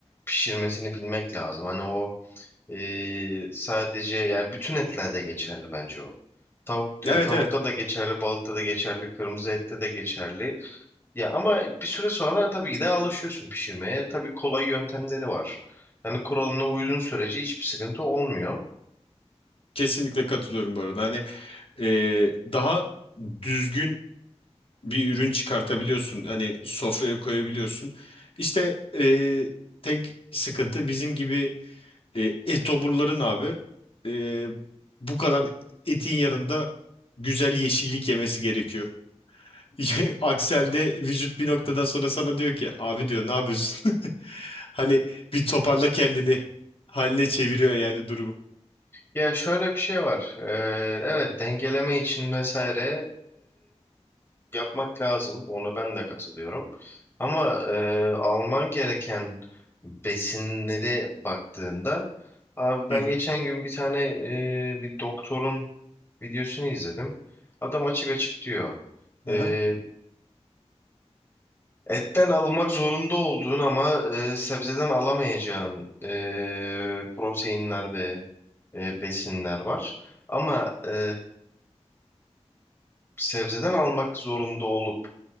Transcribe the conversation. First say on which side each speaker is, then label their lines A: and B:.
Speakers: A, on the left (about 20°); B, on the left (about 55°).
A: pişirmesini bilmek lazım. Hani o e, sadece yani bütün etlerde geçerli bence o. Tavuk, ya
B: Evet
A: tavukta
B: evet.
A: da geçerli, balıkta da geçerli, kırmızı ette de geçerli. Ya ama bir süre sonra tabii ki de alışıyorsun pişirmeye. Tabii kolay yöntemleri var. Yani kuralına uyduğun sürece hiçbir sıkıntı olmuyor.
B: Kesinlikle katılıyorum bu arada. Hani e, daha düzgün bir ürün çıkartabiliyorsun. Hani sofraya koyabiliyorsun. İşte e, tek sıkıntı bizim gibi e, etoburların abi e, bu kadar etin yanında güzel yeşillik yemesi gerekiyor. <laughs> Aksel'de vücut bir noktadan sonra sana diyor ki abi diyor ne yapıyorsun? <laughs> Hani bir toparla kendini haline çeviriyor yani durumu.
A: Ya şöyle bir şey var. Ee, evet dengeleme için vesaire yapmak lazım. Ona ben de katılıyorum. Ama e, alman gereken besinlere baktığında abi ben
B: Hı hı.
A: geçen gün bir tane e, bir doktorun videosunu izledim. Adam açık açık diyor.
B: Aha.
A: e, etten almak zorunda olduğun ama e, sebzeden alamayacağın e, proteinler ve e, besinler var. Ama e, sebzeden almak zorunda olup